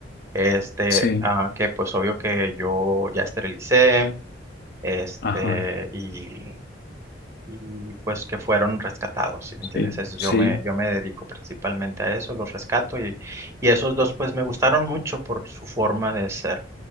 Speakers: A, on the right; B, on the left.
A: este,
B: Sí.
A: ah, que pues obvio que yo ya esterilicé, este,
B: Ajá.
A: y y pues que fueron rescatados, ¿sí me entiendes?
B: Sí.
A: Eso,
B: Sí.
A: yo me, yo me dedico principalmente a eso, los rescato y, y esos dos pues me gustaron mucho por su forma de ser.